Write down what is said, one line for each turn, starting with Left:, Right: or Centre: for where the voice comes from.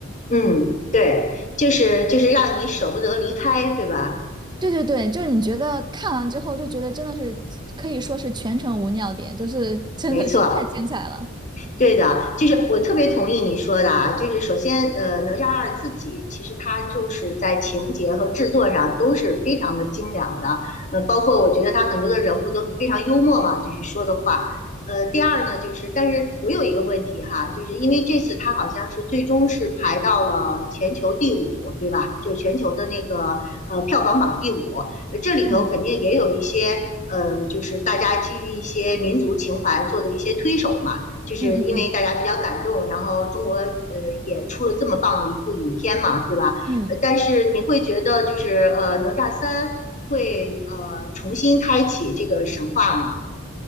Left: 嗯，对，就是就是让你舍不得离开，对吧？
Right: 对对对，就是你觉得看完之后就觉得真的是可以说是全程无尿点，就是真的是太精彩了。
Left: 没错，对的，就是我特别同意你说的啊，就是首先，呃，哪吒二自己其实它就是在情节和制作上都是非常的精良的，呃，包括我觉得它很多的人物都非常幽默嘛，就是说的话。呃，第二呢，就是但是我有一个问题哈，就是因为这次它好像是最终是排到了全球第五，对吧？就是全球的那个呃票房榜第五，呃这里头肯定也有一些呃，
Right: 嗯
Left: 就是大家基于一些民族情怀做的一些推手嘛。就是因为大家比较感动，
Right: 嗯嗯嗯。
Left: 然后中国呃也出了这么棒的一部影片嘛，对吧？
Right: 嗯。
Left: 呃，但是你会觉得就是呃哪吒三会呃重新开启这个神话吗？